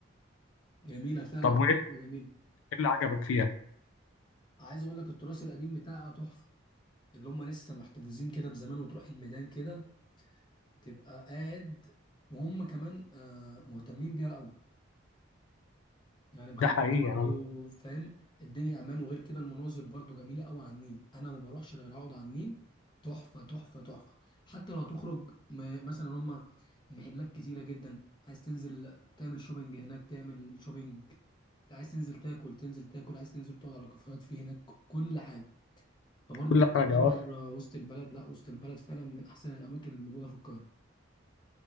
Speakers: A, on the left; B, on the left.
A: جميلة فعلا
B: طب وايه إيه
A: جميلة
B: اللي عجبك فيها؟
A: عايز أقول لك التراث القديم بتاعها تحفة اللي هم لسه محتفظين كده بزمان وتروح الميدان كده تبقى قاعد وهم كمان آه، مهتمين بيها قوي يعني مخليين
B: ده حقيقي
A: برضو
B: يعني أنا
A: فاهم الدنيا امان وغير كده المناظر برضو جميله قوي على النيل انا ما بروحش غير اقعد على النيل تحفه تحفه تحفه حتى لو هتخرج م- مثلا هم المحلات كتيره جدا عايز تنزل تعمل شوبينج هناك تعمل شوبينج عايز تنزل تاكل تنزل تاكل عايز تنزل تقعد على كافيهات في هناك كل حاجه فبرضه
B: كل
A: دي
B: حاجه
A: تعتبر
B: اه
A: آه، وسط البلد لا وسط البلد فعلا من احسن الاماكن اللي موجوده في القاهره